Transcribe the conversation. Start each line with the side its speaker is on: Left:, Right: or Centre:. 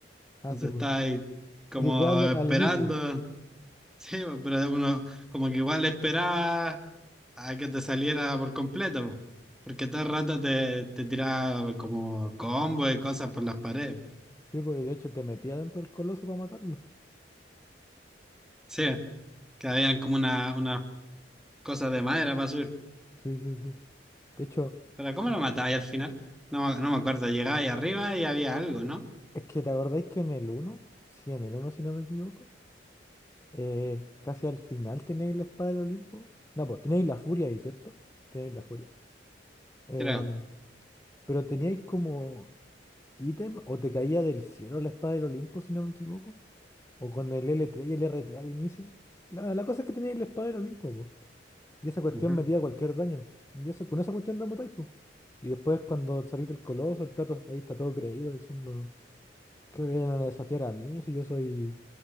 Left: Ah,
Centre: Entonces
Left: sí, pues.
Centre: estás ahí como
Left: Y literal
Centre: esperando,
Left: al inicio.
Centre: <laughs> sí, po, pero uno como que igual esperaba a que te saliera por completo, po, porque todo el rato te, te tiraba como combo y cosas por las paredes.
Left: Sí, pues y de hecho te metía dentro del coloso para matarlo.
Centre: Sí, que habían como una, unas cosas de madera para subir.
Left: Sí, sí, sí. De hecho,
Centre: Pero ¿cómo
Left: m-
Centre: lo matáis al final? No, me- no me acuerdo, llegáis arriba y había algo, ¿no?
Left: es que te acordáis que en el uno sí, en el uno si no me equivoco, eh, casi al final tenéis la espada del Olimpo. No, pues tenéis la furia ahí, ¿cierto? Tenéis la furia. Em,
Centre: Creo.
Left: pero teníais como ítem o te caía del cielo la espada del Olimpo si no me equivoco. O con el L3 y el R3 al inicio. La, la cosa es que teníais la espada del Olimpo, Y esa cuestión
Centre: Ujú.
Left: metía cualquier daño. Y eso, con esa cuestión la matáis, po. Y después cuando salís del coloso, el Kratos ahí está todo creído diciendo que me vienen a desafiar a mí si yo soy.